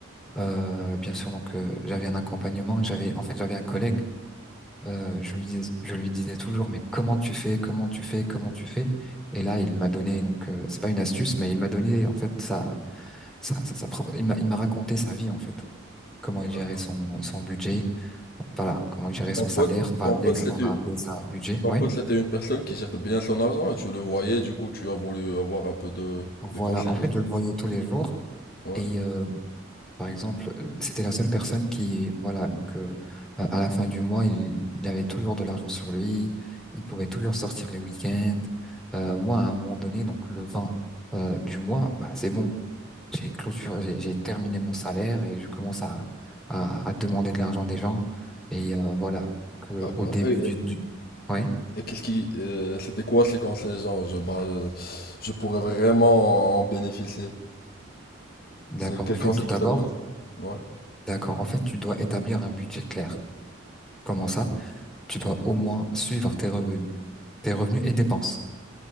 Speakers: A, in the centre; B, on the left.
A: euh, bien sûr, donc euh, j'avais un accompagnement. J'avais, en fait, j'avais un collègue Euh, je lui dis, je lui disais toujours, mais comment tu fais, comment tu fais, comment tu fais? Et là, il m'a donné, donc euh, c'est pas une astuce, mais il m'a donné en fait sa, sa, sa, sa propre, il m'a, il m'a raconté sa vie en fait, comment il gérait
B: D'accord.
A: son, son budget, voilà, comment il gérait
B: Et
A: son
B: Ton pote,
A: salaire, on va
B: ton
A: appeler,
B: pote, c'était,
A: on va appeler ça budget,
B: ton
A: ouais.
B: pote, c'était une personne qui gère bien son argent et tu le voyais, du coup, tu as voulu avoir un peu de,
A: Voilà,
B: de conseils.
A: en fait, je le
B: c'est
A: voyais
B: ça
A: tous les jours
B: Ouais.
A: et euh, Par exemple, c'était la seule personne qui, voilà, donc euh, à à la fin du mois, il, il avait toujours de l'argent sur lui, il pouvait toujours sortir les week-ends. Euh, moi, à un moment donné, donc le 20 euh, du mois, bah, c'est bon, j'ai clôturé, j'ai j'ai terminé mon salaire et je commence à, à, à demander de l'argent des gens. Et euh, voilà, donc, euh,
B: D'accord.
A: au début
B: Et,
A: du,
B: et-
A: du... Ouais,
B: et qu'est-ce qui, euh, c'était quoi ces conseils, genre, je, bah, je, je pourrais vraiment en bénéficier.
A: d'accord,
B: C'est quel
A: en fait,
B: conseil
A: tout
B: qu'il
A: d'abord,
B: t'a donné? Ouais,
A: d'accord, en fait, tu dois établir un budget clair. Comment
B: d'accord,
A: ça? Tu dois au moins suivre tes revenus, tes revenus et dépenses.